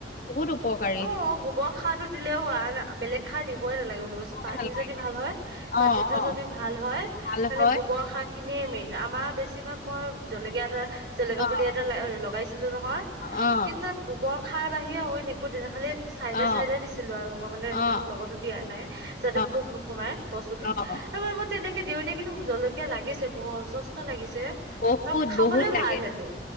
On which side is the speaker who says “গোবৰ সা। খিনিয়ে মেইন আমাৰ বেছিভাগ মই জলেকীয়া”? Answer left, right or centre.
Right